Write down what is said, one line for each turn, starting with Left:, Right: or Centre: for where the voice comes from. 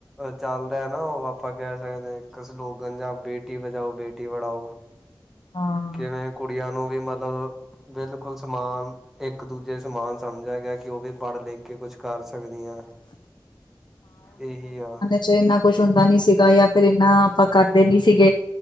Centre: ਚੱਲ ਰਿਆ ਨਾ ਓ ਆਪਾਂ ਕੈ ਸਕਦੇ ਆਂ ਇੱਕ ਸਲੋਗਨ ਜਾ ਬੇਟੀ ਬਚਾਓ, ਬੇਟੀ ਪੜਾਓ।
Left: ਹਾਂ।
Centre: ਕਿਵੇਂ ਕੁੜੀਆਂ ਨੂੰ ਵੀ ਮਤਲਬ ਬਿਲਕੁਲ ਸਮਾਨ, ਇੱਕ-ਦੂਜੇ ਸਮਾਨ ਸਮਝਿਆ ਗੇਆ ਕੇ ਓ ਵੀ ਪੜ ਲਿਖ ਕੇ ਕੁਛ ਕਰ ਸਕਦੀਆਂ ਆਂ, ਏਹੀ ਆ।
Left: ਜੇ ਏਨਾ ਕੁਛ ਹੁੰਦਾ ਨੀ ਸੀਗਾ ਜਾਂ ਫਿਰ ਇੰਨਾਂ ਆਪਾਂ ਕਰਦੇ ਨੀ ਸੀਗੇ।